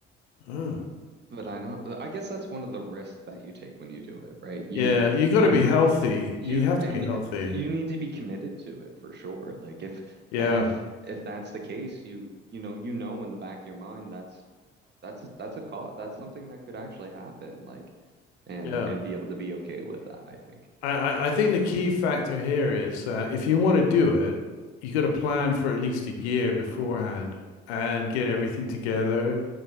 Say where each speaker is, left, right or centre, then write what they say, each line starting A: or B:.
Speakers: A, on the left; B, on the right.
A: oh.
B: But I don't. I guess that's one of the risks that you take when you do it, right? You're
A: Yeah, you got
B: you
A: to be
B: need
A: healthy.
B: You
A: You have to
B: and
A: be healthy.
B: you need to be committed to it for sure. Like if
A: Yeah,
B: and if if that's the case, you you know you know in the back of your mind that's that's that's a cause that's something that could actually happen. Like and
A: yeah.
B: and be able to be okay with that, I think.
A: I, I I think
B: So
A: the key factor here is that if you want to do it, you got to plan for at least a year beforehand and get everything together,